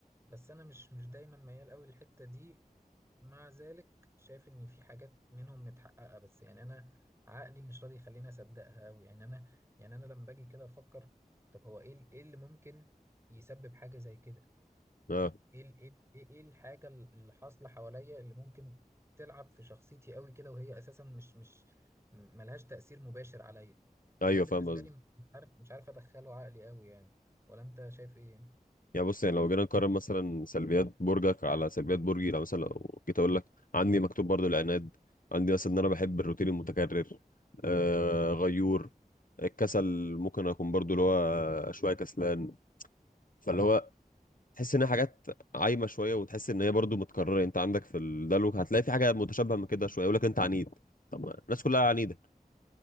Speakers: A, on the right; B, on the left.
A: بس انا مش مش دايما ميال قوي للحتة دي مع ذلك شايف ان في حاجات منهم متحققة بس يعني انا عقلي مش راضي يخليني اصدقها قوي يعني انا يعني انا لما باجي كده افكر طب هو ايه ال- ايه اللي ممكن يسبب حاجة زي كده
B: اه
A: ايه ال- ايه ايه إيه الحاجة اللي حاصلة حواليا اللي ممكن تلعب في شخصيتي قوي كده وهي اساسا مش مش م- ملهاش تأثير مباشر عليا فده
B: ايوه
A: بالنسبة
B: فاهم قصدك
A: لي مش عارف مش عارف ادخله عقلي قوي يعني ولا انت شايف ايه
B: يعني بص يعني لو جينا نقارن مثلا سلبيات برجك على سلبيات برجي لو مثلا لو جيت اقول لك عندي مكتوب برضو العناد عندي مثلا ان انا بحب الروتين المتكرر آه غيور الكسل ممكن اكون برضو اللي هو شويه كسلان فاللي هو تحس ان هي حاجات عايمه شويه وتحس ان هي برضو متكرره انت عندك في الدلو هتلاقي في حاجه متشابهه من كده شويه يقول لك انت عنيد طب ما الناس كلها عنيده